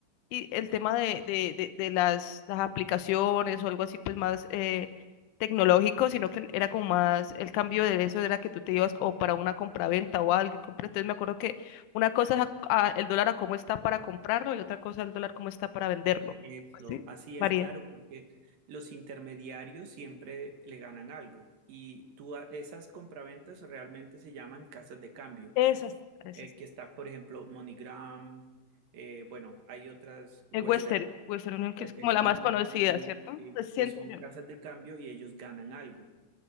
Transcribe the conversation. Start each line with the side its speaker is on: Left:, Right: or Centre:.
Left: y el tema de, de, de, de las, las aplicaciones o algo así, pues más eh, tecnológico, sino que era como más, el cambio de eso era que tú te ibas o para una compraventa o algo y compras. Entonces me acuerdo que una cosa es a- a- el dólar a cómo está para comprarlo y otra cosa el dólar cómo está para venderlo.
Right: Eso,
Left: ¿Así?
Right: así
Left: María
Right: es, claro, porque los intermediarios siempre le ganan algo y tú a- esas compraventas realmente se llaman casas de cambio,
Left: Esas, esas.
Right: eh, que está, por ejemplo, MoneyGram, eh, bueno, hay otras Western,
Left: El Western, Western Union, que
Right: Western
Left: es como
Right: Union
Left: la más conocida, ¿cierto?
Right: eh,
Left: Pues siento
Right: que son
Left: yo.
Right: casas de cambio y ellos ganan algo.